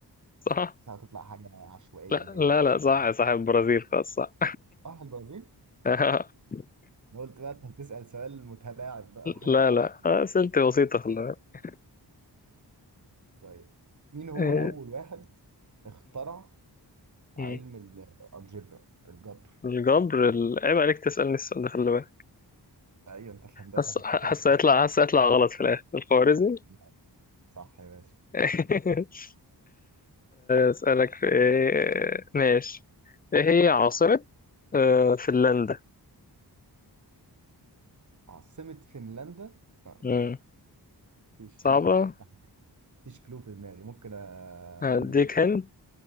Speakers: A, on the left (about 25°); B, on the right (about 45°).
A: صح
B: بس حاسسها هتطلع حاجة عشوائية
A: لا
B: الهند
A: لا
B: مثلا
A: لا صح
B: حاجة
A: صح البرازيل خلاص صح
B: صح البرازيل
A: <laughs>
B: انا قلت بقى انت هتسأل سؤال متلاعب بقى <laughs> وحاجات
A: لا
B: كده
A: لا أسئلتي بسيطة خلي بالك
B: طيب مين هو
A: إيه.
B: اول واحد اخترع
A: مم.
B: علم ال- الجبر الجبر
A: الجبر ال- عيب عليك تسألني السؤال ده خلي بالك
B: ايوه انت في هندسة
A: حاسس
B: انت
A: حاسس
B: كده كده.
A: هيطلع حاسس هيطلع غلط في الآخر الخوارزمي
B: لا، <laughs> صح يا باشا
A: <laughs> أسألك في إيه ماشي إيه هي عاصمة آه، فنلندا
B: عاصمة فنلندا ما-
A: مم.
B: مفيش
A: صعبة
B: حتى مفيش كلو في دماغي ممكن اقول
A: هديك هند